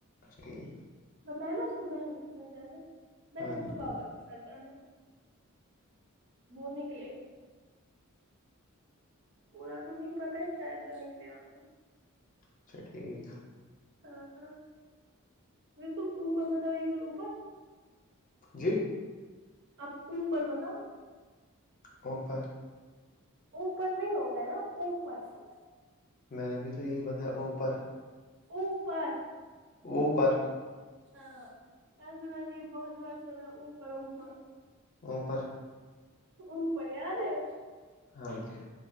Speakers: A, on the left (about 40°); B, on the right (about 55°).
A: بری <unintelligible>
B: بتاائے نا اس کو بہن کے ساتھ جانا بہن
A: ہاں جی
B: کو بابا کے ساتھ پچانے بور نکلے اا تو نہیں پتا شاید تو نکلے ان
A: اچھا ٹھیک
B: ہاں ہاں م اوپر بتاؤ ایک بار اوبر
A: جی
B: آپ اوپر بتاؤ
A: اوپر
B: اوپر نہیں ہوتا ہے نا اوپر ہوتا ہے
A: میں نے بھی تو یہی بتایا اوپر
B: اوپر
A: اوپر <unintelligible>
B: ہاں کانی بہت بہت سنا اوپر اوپر
A: اوپر
B: او پریاد ہے
A: ہاں جی